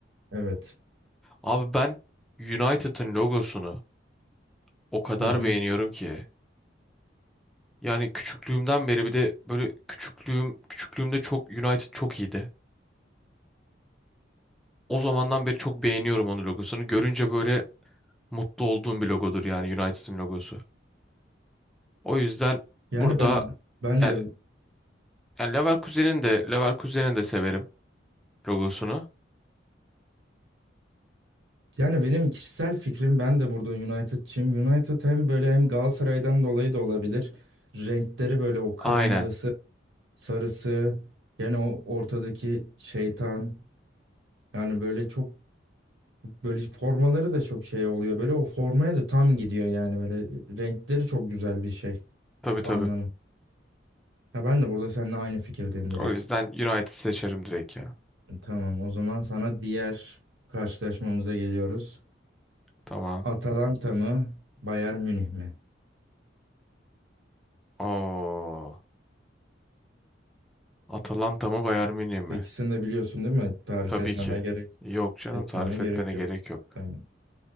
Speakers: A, on the right; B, in the centre.
A: Evet.
B: Abi ben United'ın logosunu o kadar
A: Hı hı.
B: beğeniyorum ki. Yani küçüklüğümden beri bir de böyle küçüklüğüm küçüklüğümde çok United çok iyiydi. O zamandan beri çok beğeniyorum onun logosunu. Görünce böyle mutlu olduğum bir logodur yani United'ın logosu. O yüzden
A: Yani
B: burada
A: ben ben
B: yani,
A: de
B: yani Leverkusen'in de Leverkusen'in de severim logosunu.
A: yani benim kişisel fikrim ben de burada United'çıyım. United hem böyle hem Galatasaray'dan dolayı da olabilir. Renkleri böyle o kırmızısı,
B: Aynen.
A: sarısı, yani o ortadaki şeytan. Yani böyle çok böyle formaları da çok şey oluyor. Böyle o formaya da tam gidiyor yani böyle renkleri çok güzel bir şey.
B: Tabii
A: Armanın.
B: tabii.
A: Ya ben de burada seninle aynı fikirdeyim direkt.
B: O yüzden United seçerim direkt ya.
A: Tamam, o zaman sana diğer karşılaşmamıza geliyoruz.
B: Tamam.
A: Atalanta mı, Bayern Münih mi?
B: Oo. Atalanta mı Bayern Münih mi?
A: İkisini de biliyorsun değil mi? Tarif
B: Tabii
A: etmeme
B: ki.
A: gerek
B: Yok canım
A: etmeme
B: tarif
A: gerek
B: etmene
A: yok.
B: gerek yok.
A: Tamam.